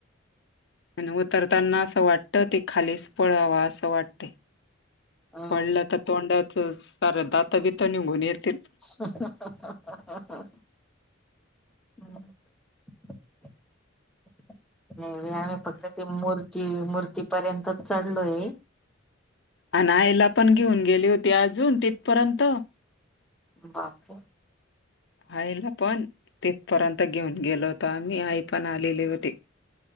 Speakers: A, on the left (about 60°); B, in the centre.
A: आणि उतरताना असं वाटतं ते खालीच पळावा असं वाटतय.
B: अ
A: पळात तोंडातच सार दात बीत निघुन येेतील,
B: हहहहहहहहह <unintelligible> नाही आम्ही फक्त ती मूर्ती मूर्तीपर्यंतच चढलोय.
A: अण आयला पण घेऊन गेली होती अजून तिथपर्यंत,
B: बापू
A: आईला पण तिथपर्यंत घेऊन गेलो होतो आम्ही आई पण आलेली होती.